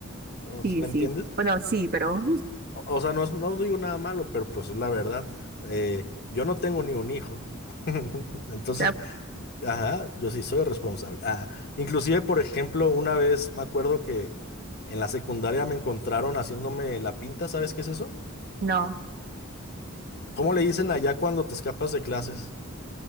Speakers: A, on the left; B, on the right.
A: O
B: Sí,
A: s- ¿Me
B: sí.
A: entiendes?
B: Bueno, sí, pero, <laughs> o
A: O o sea, no, no digo nada malo, pero pues es la verdad. Eh, yo no tengo ni un hijo. <laughs> Entonces,
B: sea,
A: ajá, yo sí soy responsable. Ah, inclusive, por ejemplo, una vez me acuerdo que en la secundaria me encontraron haciéndome la pinta, ¿sabes qué es eso?
B: no.
A: ¿Cómo le dicen allá cuando te escapas de clases